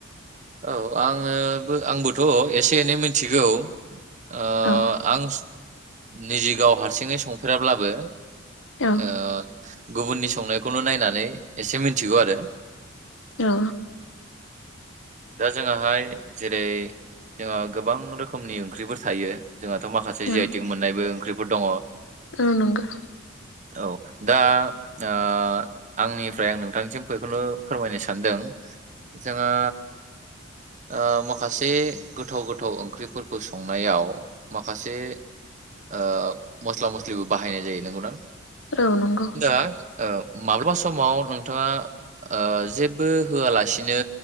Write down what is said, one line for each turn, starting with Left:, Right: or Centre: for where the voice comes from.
Right: औ आङोबो आंबोथ' एसे एनै मिथिगौ। ओ
Left: औ
Right: आं निजि गाव हारसिङै संफेराब्लाबो
Left: औ
Right: ओ गुबुननि संनायखौनो नायनानै एसे मिथिगौ आरो।
Left: औ
Right: दा जोङाहाय जेरै जोंहा गोबां रोखोमनि ओंख्रिफोर थायो। जोंहाथ' माखासे
Left: औ
Right: जि आइटिक मोननायबो ओंख्रि फोर दङ।
Left: औ नंगौ।
Right: औ दा ओ आंनिफ्राय आं नोंथांनिसिम बेखौनो फोरमायनो सानदों। जोंहा ओ माखासे गोथाव गोथाव ओंख्रिफोरखौ संनायाव माखासे ओ मस्ला मस जेबो बाहायनाय जायो नंगौनां?
Left: औ नंगौ
Right: दा ओ माब्लाबा समाव नोंथाङा ओ जेबो होआलासिनो